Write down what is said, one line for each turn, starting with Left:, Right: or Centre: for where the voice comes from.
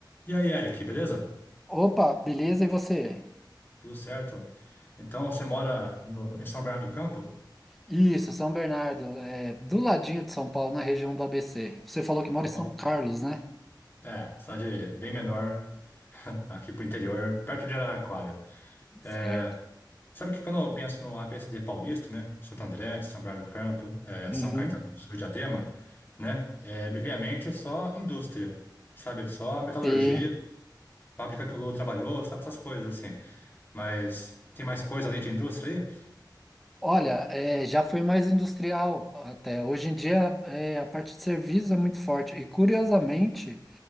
Left: E aí, Eric, beleza?
Centre: Opa, beleza? E você?
Left: Tudo certo? Então, você mora no- em São Bernardo do Campo?
Centre: Isso, São Bernardo, é do ladinho de São Paulo, na região do ABC. Você falou que mora
Left: Tá
Centre: em
Left: bom.
Centre: São Carlos, né?
Left: É, cidade bem menor, <laughs> aqui pro interior, perto de Araraquara.
Centre: Certo.
Left: É, sabe que quando eu penso no ABCD paulista, né? Santo André, São Bernardo do Campo, é,
Centre: Uhum.
Left: São Caetano do Sul, e Diadema, né? É, me vem à mente só indústria, sabe? Só metalurgia,
Centre: Sim.
Left: fábrica que o Lula trabalhou, sabe? Essas coisas assim. Mas tem mais coisa além de indústria aí?
Centre: Olha, é, já foi mais industrial até. Hoje em dia, é, a parte de serviços é muito forte. E curiosamente,